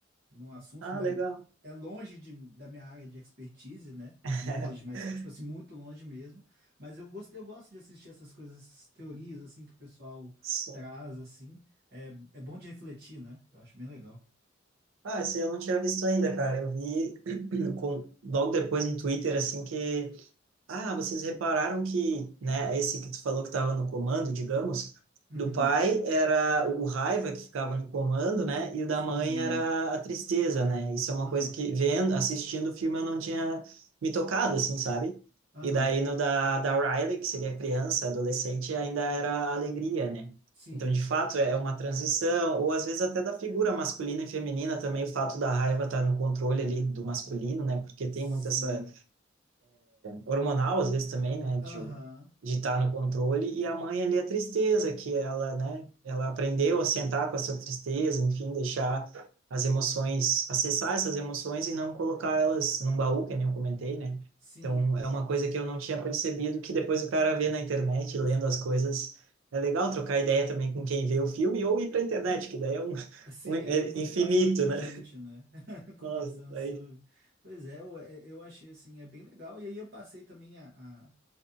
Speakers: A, on the right; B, on the right.
A: No assunto,
B: Ah,
A: não é,
B: legal.
A: é longe de- da minha área de expertise, né?
B: <laughs>
A: Longe, mas, tipo assim, muito longe mesmo. Mas eu gosto, eu gosto de assistir essas coisas, essas teorias, assim, que o pessoal
B: Só.
A: traz, assim. É, é bom de refletir, né? Eu acho bem legal.
B: Ah, esse eu não tinha visto ainda, cara. Eu vi <clears throat> com- logo depois no Twitter, assim, que ah, vocês repararam que, né, esse que tu falou que estava no comando, digamos,
A: Uhum,
B: do pai era o o raiva que ficava no comando, né, e o da
A: sim,
B: mãe era a tristeza, né? Isso é uma
A: aham,
B: coisa que vendo, assistindo o filme eu não tinha me tocado, assim, sabe?
A: aham,
B: E daí no da da Riley, que seria criança, adolescente, ainda era a alegria, né?
A: sim,
B: Então, de fato, é uma transição, ou às vezes até da figura masculina e feminina também, o fato da raiva estar no controle ali do masculino, né? Porque tem
A: sim,
B: muito essa hormonal, às vezes também, né,
A: aham,
B: de de estar no controle, e a mãe ali a tristeza que ela, né, ela aprendeu a sentar com essa tristeza, enfim, deixar as emoções, acessar essas emoções e não colocar elas num baú, que nem eu comentei, né?
A: sim.
B: Então, é uma coisa que eu não tinha percebido, que depois o cara vê na internet, lendo as coisas, é legal trocar ideia também com quem vê o filme ou ir pra internet, que daí é um,
A: Sim,
B: um é
A: é muito,
B: infinito,
A: bastante
B: né?
A: gente, né? <laughs> Conversando
B: <laughs> Nossa, aí...
A: sobre. Pois é, eu, é, eu achei assim, é bem legal. E aí eu passei também a, a,